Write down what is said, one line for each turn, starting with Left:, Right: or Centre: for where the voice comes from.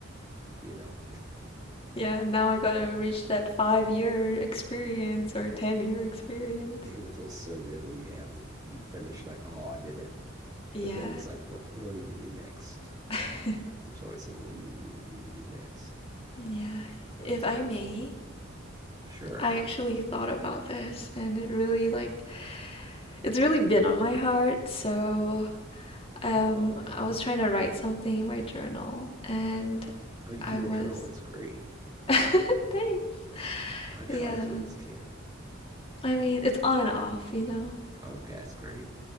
Right: you know,
Left: Yeah, now I gotta reach that five year experience or 10 year experience.
Right: because it feels so good when you have the you finish like, oh, I did it.
Left: Yeah,
Right: But then it's like, what what do I need to do next?
Left: <laughs>
Right: There's always something. What do you need, need to do next?
Left: yeah.
Right: But
Left: If I
Right: uh,
Left: may,
Right: sure.
Left: I actually thought about this and it really, like, it's really been on my heart. So, um,
Right: Oh, okay.
Left: I was trying to write something in my journal and
Right: Oh, you
Left: I
Right: keep
Left: was.
Right: a journal. That's great.
Left: <laughs> Thanks.
Right: I try
Left: Yeah.
Right: to. I just can't.
Left: I mean, it's on and off, you know?
Right: Okay, that's great.